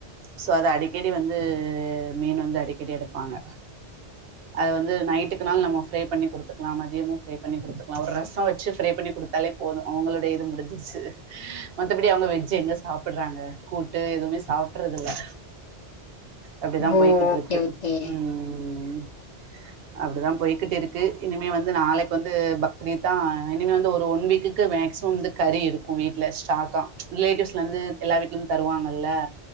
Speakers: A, on the right (about 65°); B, on the left (about 50°).
A: சோ அது அடிக்கடி வந்து மீன் வந்து அடிக்க டி எடுப்பாங்க அது வந்து நைட்டுக்குனாலு நம்ம ஃப்ரை பண்ணி கொடுத்துக்கலாம் மதியம ஃப்ரை பண்ணி கொடுத்துக்கலாம் ஒரு ரசம் வச்சு ஃப்ரை பண்ணி கொடுக்க தாலே போதும் அவங்களோட‌இது முடிஞ்சிருச்சு மத்தபடி அவங்க வெஜ் எங்க சாப்பிட்றாங்க கூட்டு எதுவுமே சாப்பிடடறது இல்ல அப்டித்தா போய்கிட்ருக்கு
B: ஓ ஓகே ஓகே
A: ம் அப்படிதான போய்கிட்டுருக்கு இனிமே வந்து நாளைக்கு வந்து பக்ரிதா இனிமே வந்து ஒரு ஒன் வீக்குக்கு மேக்சிமம் வந் கறி இருக்கு வீட்ல ஸ்டாக்கா ரிலேட்டிவ்ஸ்லருந்து எல்லா வீட்லிந் தருவாங்கல்ல